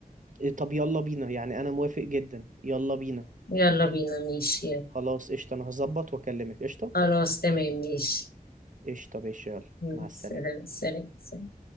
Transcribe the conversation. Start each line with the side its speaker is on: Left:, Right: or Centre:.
Right: إيه، طب يلا بينا يعني انا موافق جدا يلا بينا
Left: يلا بينا ماشي يلا.
Right: خلاص قشطة أنا هظبط وأكلمك قشطة
Left: خلاص تمام ماشي
Right: قشطة ماشي يلا
Left: سلام
Right: مع السلامة
Left: سلام سلام.